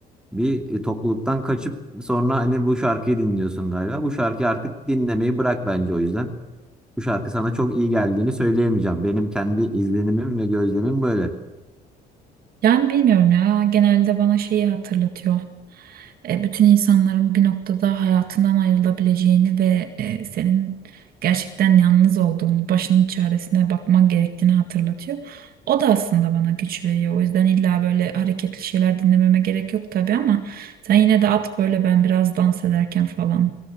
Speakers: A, in the centre; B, on the right (about 60°).
A: Bir e, topluluktan kaçıp sonra hani bu şarkıyı dinliyorsun galiba. Bu şarkıyı artık dinlemeyi bırak bence o yüzden. Bu şarkı sana çok iyi geldiğini söyleyemeyeceğim. Benim kendi izlenimim ve gözlemim böyle.
B: Yani bilmiyorum ya genelde bana şeyi hatırlatıyor. E, bütün insanların bir noktada hayatından ayrılabileceğini ve e, senin gerçekten yalnız olduğunu, başının çaresine bakman gerektiğini hatırlatıyor. O da aslında bana güç veriyor. O yüzden illa böyle hareketli şeyler dinlememe gerek yok tabii ama sen yine de at böyle ben biraz dans ederken falan.